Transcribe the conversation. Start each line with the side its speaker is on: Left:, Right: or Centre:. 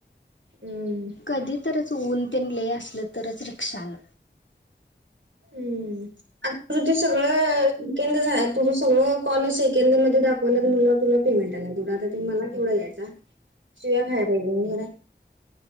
Right: हम्म
Left: कधीतरच ऊन तेन लय असलं तरच रिक्षानं
Right: हम्म आ ते सगळं, सेकंद तुझं सगळं कॉल सेकंद मध्ये दाखवलात मला तुला पेमेंट आहेला तेवं आता त मला केवढं यायचं. शिवा खायला पाहिजे मी.